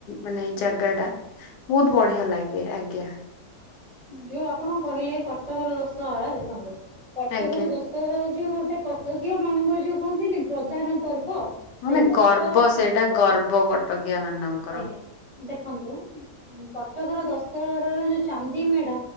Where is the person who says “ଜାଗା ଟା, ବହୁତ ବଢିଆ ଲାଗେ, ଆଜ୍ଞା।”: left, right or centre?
Left